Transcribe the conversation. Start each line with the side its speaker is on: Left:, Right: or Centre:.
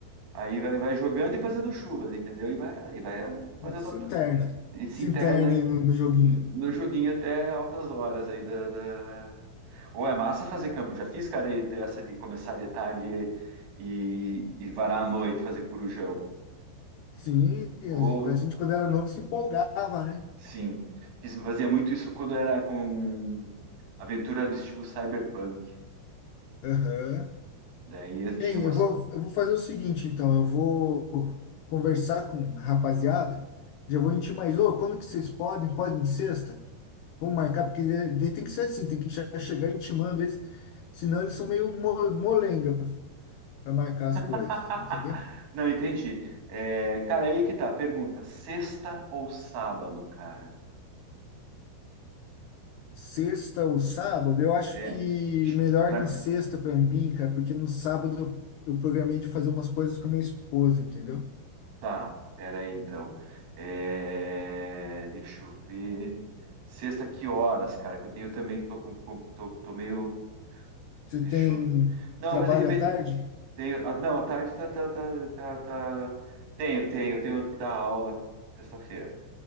Right: aí vai, vai jogando e fazendo churras, entendeu? E vai, e vai fazendo.
Left: e se
Right: a-
Left: interna.
Right: Ele se
Left: Se
Right: interna,
Left: interna aí no, no joguinho.
Right: no joguinho até altas horas aí da, da... Ou é massa fazer campo. Já fiz, cara, aí dessa de começar de tarde e, e varar à noite, fazer corujão.
Left: Sim, a
Right: Ou,
Left: gen- a gente quando era novo se empolgava, né?
Right: sim, fiz, fazia muito isso quando era com aventura do estilo cyberpunk.
Left: Aham.
Right: Daí eu tinha
Left: Hein,
Right: umas.
Left: eu vou, eu vou fazer o seguinte, então. Eu vou conversar com a rapaziada. Já vou intimar mais, ô, quando que vocês podem? Podem sexta? Vamos marcar, porque daí daí tem que ser assim, tem que já chegar intimando eles, senão eles são meio mo- molenga para marcar as
Right: <laughs>
Left: coisas, entendeu?
Right: Não, entendi. É, cara, aí que tá. Pergunta: sexta ou sábado, cara?
Left: Sexta ou sábado, eu acho
Right: É.
Left: que melhor
Right: Pra,
Left: na sexta para mim, cara, porque no sábado eu, eu programei de fazer umas coisas com a minha esposa, entendeu?
Right: Tá, pera aí então. É, Deixa eu ver. Sexta, que horas, cara? Que eu tenho também, que tô com, com- tô, tô meio.
Left: Você
Right: Deixa
Left: tem
Right: eu. Não,
Left: trabalho
Right: mas de repente.
Left: à tarde?
Right: Tenho... ah, Não, à tarde tá, tá, tá, tá, tá. Tenho, tenho, eu tenho que dar aula sexta-feira.